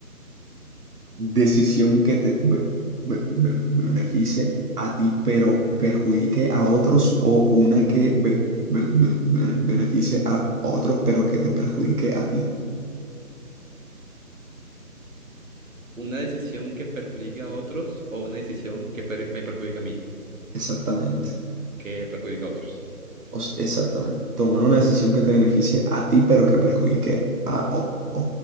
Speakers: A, on the right; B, on the right.
A: Decisión que te be- be- be- beneficie a ti, pero perjudique a otros, o una que be- be- be- bene- beneficie a otros, pero que te perjudique a ti.
B: Una decisión que perjudique a otros o una decisión que per- me perjudica a mí,
A: Exactamente.
B: que perjudica a otros.
A: O s- exactamente. Tomar una decisión que te beneficie a ti, pero que perjudique a o- o-